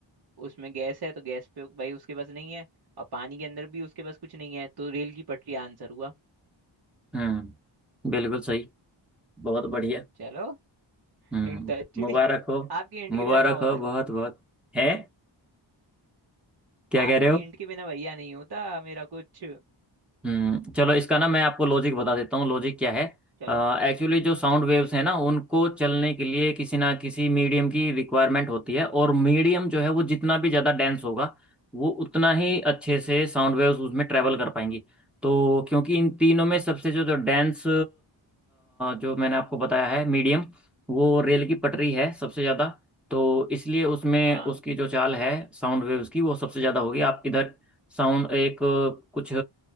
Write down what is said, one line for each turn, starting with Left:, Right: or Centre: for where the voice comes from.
Right: उसमें गैस है तो गैस पे भाई उसके पास नहीं है और पानी के अंदर भी उसके पास कुछ नहीं है तो रेल की पटरी आंसर हुआ
Centre: हम्म बिल्कुल सही बहुत बढ़िया
Right: चलो
Centre: हम्म
Right: हिंट अच्छी
Centre: मुबारक
Right: थी
Centre: हो
Right: आपकी हिंट के
Centre: मुबारक
Right: बिना कहाँ होता
Centre: हो बहुत बहुत है क्या
Right: आपकी
Centre: कह रहे हो
Right: हिंट के बिना भैया नहीं होता मेरा कुछ
Centre: हम्म चलो इसका ना मैं आपको लॉजिक बता देता हूँ लॉजिक क्या है
Right: चलो
Centre: एक्चुअली जो साउंड वेव्स हैं ना उनको चलने के लिए किसी ना किसी मीडियम की रिक्वायरमेंट होती है और मीडियम जो है वो जितना भी ज़्यादा डेंस होगा वो उतना ही अच्छे से साउंड वेव्स उसमें ट्रैवल कर पाएंगी तो क्योंकि इन तीनों में सबसे जो जो डेंस जो मैंने आपको बताया है मीडियम वो रेल की पटरी है सबसे ज़्यादा तो इसलिए उसमें
Right: हाँ
Centre: उसकी जो चाल है साउंड वेव्स की वो सबसे ज़्यादा होगी आप इधर साउंड एक अ, कुछ